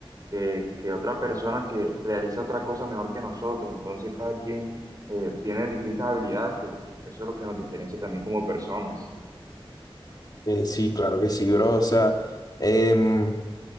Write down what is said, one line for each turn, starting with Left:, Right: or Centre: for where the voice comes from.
Right: que, que otra persona que realiza otra cosa mejor que nosotros. Entonces cada quien eh, tiene distintas habilidades que eso es lo que nos diferencia también como personas.
Left: Eh, sí, claro que sí, bro. O sea, em,